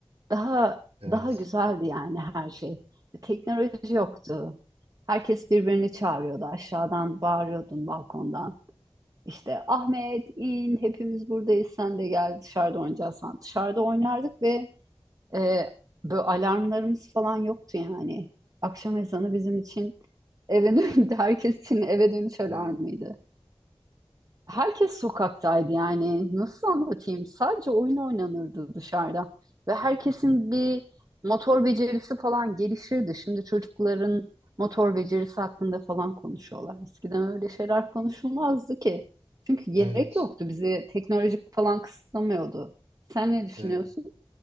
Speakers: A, on the right; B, on the right.
A: Daha
B: Evet.
A: daha güzeldi yani her şey. Teknoloji yoktu. Herkes birbirini çağırıyordu aşağıdan bağırıyordun balkondan. İşte Ahmet in hepimiz buradayız sen de gel dışarıda oynayacağız falan. Dışarıda oynardık ve e, böyle alarmlarımız falan yoktu yani. Akşam ezanı bizim için eve dönüş, <laughs> herkes için eve dönüş alarmıydı.
B: Evet.
A: Herkes sokaktaydı yani. Nasıl anlatayım? Sadece oyun oynanırdı dışarıda. Ve herkesin bir motor becerisi falan gelişirdi. Şimdi çocukların motor becerisi hakkında falan konuşuyorlar. Eskiden öyle şeyler konuşulmazdı ki. Çünkü gerek
B: Evet.
A: yoktu. Bizi teknolojik falan kısıtlamıyordu. Sen ne düşünüyorsun?
B: Evet.